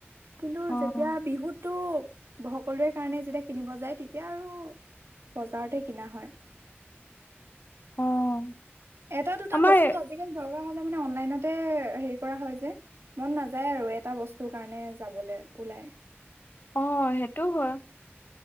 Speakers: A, on the right; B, on the left.
A: কিন্তু
B: অ',
A: যেতিয়া বিহুত সকলোৰে কাৰণে যেতিয়া কিনিব যায় তেতিয়া আৰু বজাৰতে কিনা হয়
B: অ',
A: এটা দুটা
B: আমাৰ
A: বস্তু আজিকালি দৰা দৰকাৰ হ'লে অনলাইনতে সেইকৰা হয় যে মন নাযায় এটা বস্তৰ কাৰণে যাবলৈ উলাই
B: অ সেইটোও হয়